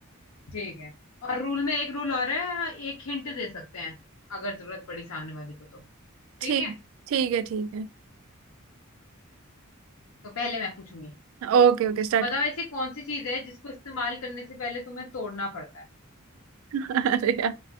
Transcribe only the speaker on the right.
ठीक
ठीक है ठीक है
Okay okay start
<laughs> अरे यार